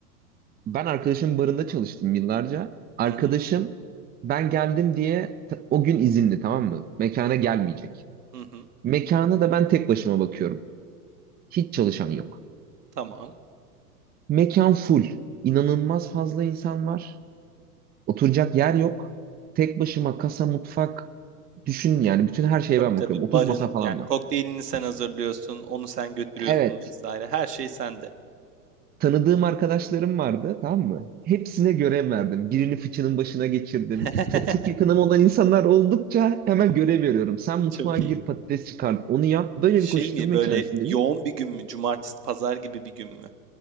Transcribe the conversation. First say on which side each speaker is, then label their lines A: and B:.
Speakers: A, on the right; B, on the right.
A: Ben arkadaşımın barında çalıştım yıllarca. Arkadaşım
B: Hı hı,
A: ben geldim diye ta- o gün izinli tamam mı? Mekana
B: hı
A: gelmeyecek.
B: hı, hı hı.
A: Mekana da ben tek başıma bakıyorum. Hiç çalışan yok.
B: Tamam.
A: Mekan full. İnanılmaz fazla insan var. Oturacak yer yok. Tek başıma kasa, mutfak düşün yani bütün her şeye
B: Tabii
A: ben
B: tabii.
A: bakıyorum. 30
B: Barın
A: masa falan
B: yani
A: var.
B: kokteylini sen hazırlıyorsun, onu sen götürüyorsun
A: Evet.
B: vesaire. Her şey sende.
A: Tanıdığım arkadaşlarım vardı, tamam mı? Hepsine görev verdim. Birini fıçının başına geçirdim.
B: <laughs>
A: Ta- çok yakınım olan insanlar oldukça hemen görev veriyorum. Sen mutfağa
B: Çok iyi.
A: gir patates çıkar, onu yap. Böyle
B: Şey
A: bir koşturma
B: mi böyle
A: içerisindeyim.
B: yoğun bir gün mü? Cumartesi, pazar gibi bir gün mü?